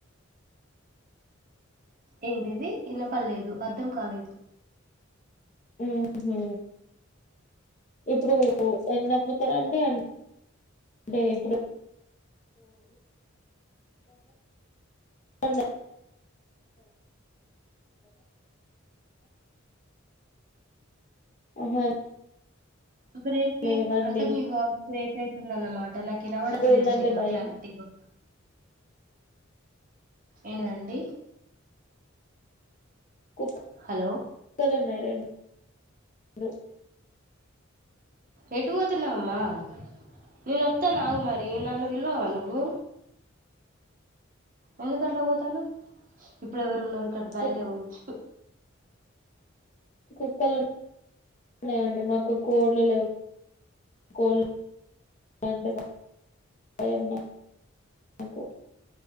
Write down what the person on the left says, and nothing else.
మ్ హు ఇప్పుడు ఎన్నమ్ముతారండి అం అంటే ఇప్పుడు ఉన్నాయి. ఆహా
లేవండి
కోళ్ళంటే
భయం
కుక్
కలున్నాయి రెండ్ డు
కు
కుక్కలున్నాయండి మాకు కోళ్లు లేవు కోల్లు <unintelligible> ఏమో మాకు